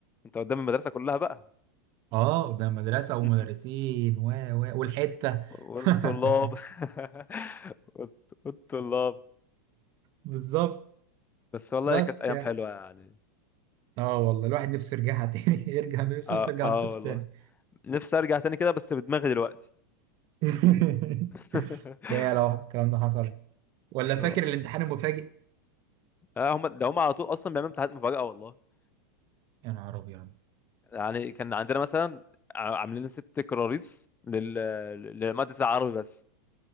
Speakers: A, on the left; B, on the right.
A: انت قدام المدرسه كلها بقى
B: اه ده مدرسة ومدرسين
A: <laughs>
B: و و والحتة
A: والطلاب
B: <laughs>
A: <laughs> والط- والطلاب
B: بالظبط
A: بس والله
B: بس
A: كانت ايام
B: يعني
A: حلوه يعني
B: اه والله الواحد نفسه يرجعها تاني <laughs> يرجع نفسه
A: اه
B: نفسه يرجع
A: اه
B: الطفل
A: والله
B: تاني
A: نفسي ارجع تاني كده بس بدماغي دلوقتي
B: <laughs>
A: <laughs>
B: يا لو الكلام ده حصل ولا فاكر
A: اه
B: الامتحان المفاجئ
A: آه، هم ده هم على طول اصلا بيعملوا امتحانات مفاجاه والله
B: يا نهار ابيض
A: يعني كان عندنا مثلا ع- عاملين ست كراريس لل... لمادة العربي بس